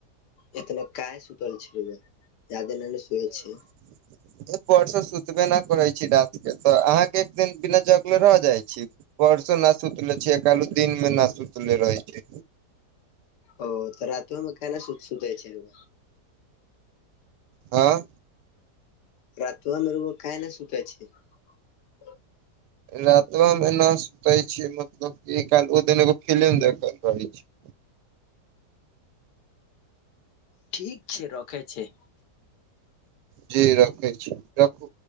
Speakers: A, on the left; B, on the right.
A: इतने काहे सुतल छलैय ज्यादे लय नै सेहे छैय।
B: <inaudible> एक परस सुतबे नै करैय छी राति के तऽ अहाँके एक दिन बिना जगले रह जाइ छी। परसु ना सुतले छिय कालो दिन मे ना सुतले रहैय छी
A: ओ तऽ रातिमे कैना नै सुतैय छै ओ
B: ह
A: रातोवामे रौआ काहे नै सुतैय छी <unintelligible>
B: रातबा मे न सुते छीय मतलब कि ओकाल ओ दिन एगो फिलिम देख रहैय छी। <unintelligible>
A: ठीक छैय रखैय छी।
B: जी रखय छी रखु